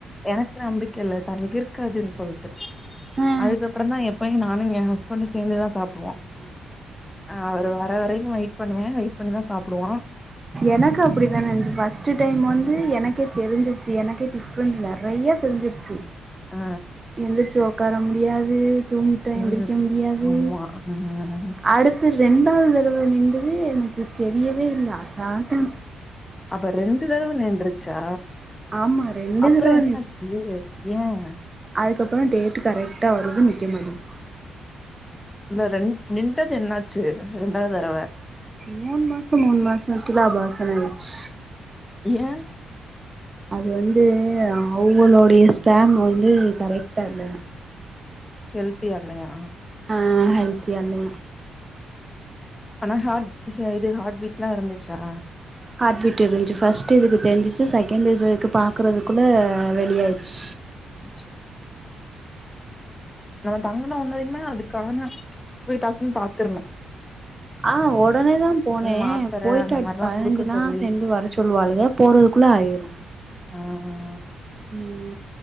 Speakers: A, on the left (about 25°); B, on the right (about 30°).
A: எனக்கு நம்பிக்க இல்ல தங்கிருக்காதுன் சொல்ட்டு
B: ஆ
A: அதுக்கப்பறந்தா எப்பயு நானு என் ஹஸ்பண்டு சேந்துதா சா ப்டுவோ ஆ அவரு வர வரைக்கு வெயிட் பண்ணுவேன் வெயிட் பண்ணிதா சாப்டுவான்
B: எனக்கு அப்டிதான இந்ச் ஃபர்ஸ்ட்டு டைம் வந்து எனக்கே தெரிஞ்ச் சி எனக்கே டிஃப்ரெண்ட் நெறயா தெரிஞ்சிருச்சு
A: ஆ
B: எந்திருச்சு ஒக்கார முடியாது தூங்கிட்டு எந்திரிக்க
A: ம்
B: முடியாது
A: ஆமா ம்
B: அடு த்து ரெண்டாவது தடவ நின்டது எனக்கு தெரியவே இல்ல அசால்டா
A: அப்ப ரெண்டு தடவ நின்டுருச்சா
B: ஆமா ரெண்டு
A: அப்றோ
B: தடவ
A: என்னாச்சு ஏன்
B: அதுக்கப்றோ டேட்டு கரெக்டா வருது நிக்க மாட்டீது
A: அந்த ரெண் நின்டது என்னாச்சு ரெண்டாவது தரவ
B: மூனு மாசோ மூனு மாசத்துல அபாஷன் ஆயிர்ச்சு
A: ஏன்
B: அது வந்து அவுங்களோடய ஸ்பேம் வந்து கரெக்ட்டா இல்லயா
A: ஹெல்த்தி ஆகலயா
B: ஆ ஹெல்த்தியா இல்லயா
A: ஆனா ஹார்ட் ஹெ இது ஹார்ட் பீட்ல்லா இருந்துச்சா
B: ஹார்ட் பீட் இருந்ச்சு ஃபர்ஸ்ட்டு இதுக்கு தெரிஞ்சிச்சு செகண்ட் இதுக்கு பாக்கறதுக்குள்ள வெளியாயிருச்சு
A: அச்சச்சோ நம்ம தங்குன ஒன்னயுமே அதுக்கான போய் டக்குன்னு பாத்துருணு
B: ஆ ஒடனேதான் போன
A: மாத்தர
B: போயிட்டு
A: அந்த
B: அடுத்து
A: மாரிலா
B: பதினஞ்சுனா
A: குடுக்க சொல்லி
B: சேந்து வர சொல்லுவாளுக போறதுக்குள்ள ஆயிரு
A: ஆஹா
B: ம்